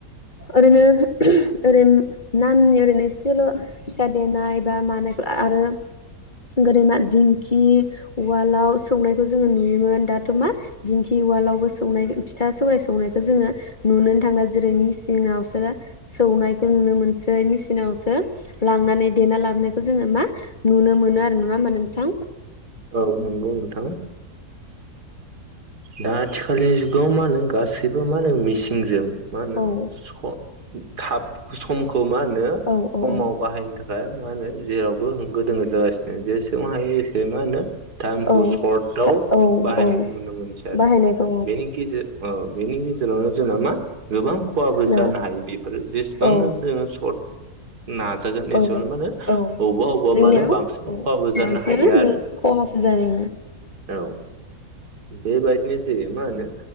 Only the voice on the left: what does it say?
ओरैनो ओरै नामनि ओरैनो एसेल' फिसा देनाय बा मानायखौ आरो गोदैमा दिंखि उवालाव सौनायखौ जोङो नुयोमोन दाथ' मा दिंखि उवालावबो सौनाय फिथा सौराय सौनायखौ जोङो नुुनोनो थांला जेरै मेचिनावसो सौनायखौ नुनो मोनसै मेचिनावसो लांनानै देना लाबोनायखौ जोङो मा नुनो मोनो आरो नङा होमबा नोंथां?
औ
औ औ
औ
औ
औ
औ
बाहायनायखौ
औ
औ
औ
औ
जोंनियाव
औ
बांसिनानो
खहासो जायो